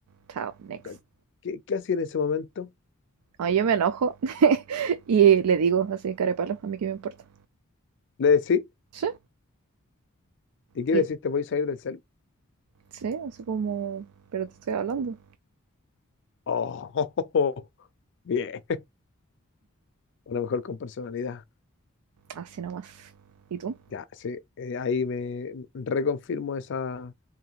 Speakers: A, on the right; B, on the left.
A: chao, next.
B: Puta, ¿Qué, qué hacía en ese momento?
A: No, yo me enojo <laughs> y le digo así, cara de palo, a mí qué me importa.
B: ¿Le decís?
A: Sí,
B: ¿Y qué
A: y
B: le decís? ¿Te voy a salir del cel?
A: sí, así como, pero te estoy hablando.
B: Oh, <laughs> bien. A lo mejor con personalidad.
A: Así nomás. ¿Y tú?
B: Ya, sí, eh, ahí me reconfirmo esa,